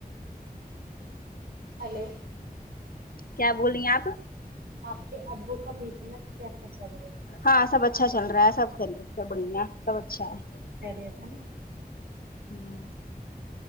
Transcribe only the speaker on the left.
کیا بولیں آپ
ہاں سب اچھا چل رہا ہے سب خیریت سب بڑھیا سب اچھا ہے
ہوں